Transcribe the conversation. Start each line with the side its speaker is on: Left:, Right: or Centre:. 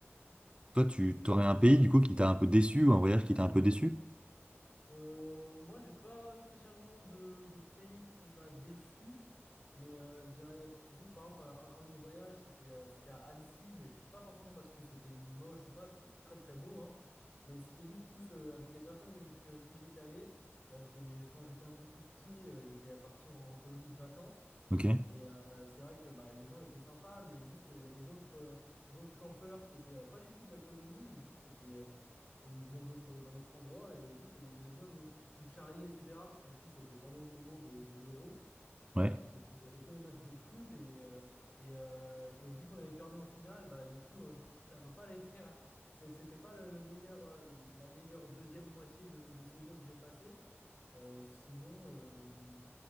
Right: Toi, tu t'aurais un pays du coup qui t'a un peu déçu ou un voyage qui t'a un peu déçu?
Left: Euh, moi, j'ai pas spécialement de, de pays qui m'a déçu, mais euh, je dirais juste par exemple un, un de mes voyages, c'était euh, c'était à Annecy, mais pas forcément parce que c'était moche ou pas, c'était très très beau, hein, mais c'était juste plus euh, avec les personnes avec euh, qui j'étais allé. Euh, c'était j'ai- quand j'étais un peu plus petit, euh, j'étais parti en, en colonie de vacances
Right: Ok,
Left: et euh, c'est vrai que bah, les gens étaient sympas, mais juste, euh, il y avait d'autres euh, d'autres campeurs qui étaient euh, pas du tout de la colonie, mais juste, c'était, euh, ils venaient d'autres, d'un autre endroit et juste, euh, ils aimaient bien nous, nous charrier, etc. Parce qu'en plus, c'était pendant le moment de, de l'Euro.
Right: ouais,
Left: Euh, donc, euh, il y avait tous les matchs de foot et, euh, et, euh, et vu qu'on avait perdu en finale, bah, du coup, euh, <laughs> ça m'a pas laissé. à- c'est- C'était pas le, le meilleur, euh, la meilleure deuxième moitié de, de séjour que j'ai passé. Euh, sinon. euh,